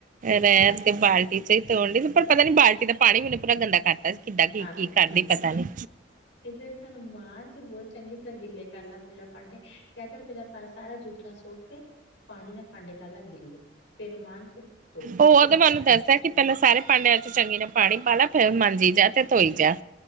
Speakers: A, on the right; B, on the left.
A: ਰੈਨ ਦੇ ਬਾਲਟੀ ਚ ਹੀ ਤੋਣ ਡਈ ਪਰ ਪਤਾ ਨੀ ਬਾਲਟੀ ਦਾ ਪਾਨੀ ਵੀ ਮੈਨੂੰ ਪੂਰਾ ਗੰਦਾ ਕਰਤਾ। ਕਿੱਦਾਂ ਕੀ-ਕੀ
B: ਹਾਂ
A: ਕਰਦੇ ਪਤਾ ਨੀ।
B: ਫੇਰ ਤਾਨੂੰ ਮਾਂਜ ਚ ਬੋਲ ਚੰਗੀ ਤਰ੍ਹਾਂ ਗਿੱਲੇ ਕਰ ਲਾ ਪਹਿਲਾ ਪਾਂਡੇ ਕਿਆ ਕਰ ਪੈਲਾ ਸਾਰਾ ਜੂ ਪੁਠਾ ਸੁਟ ਕੇ ਪਾਣੀ ਨਾਲ ਪਾਂਡੇ ਕਰਲੈ ਗਿੱਲੇ, ਫੇਰ ਮਾਂਜ ਫੇਰ ਧੋ।
A: ਓ ਓਦੇ ਮਨ ਨੂੰ ਦਸਦੈ ਕਿ ਪੈਲਾਂ ਸਾਰੇ ਭਾਂਡਿਆਂ ਚ ਚੰਗੀ ਨਾਲ ਪਾਣੀ ਪਾ ਲਾ ਫਿਰ ਮਾਂਜੀ ਜਾ ਤੇ ਧੋਈ ਜਾ।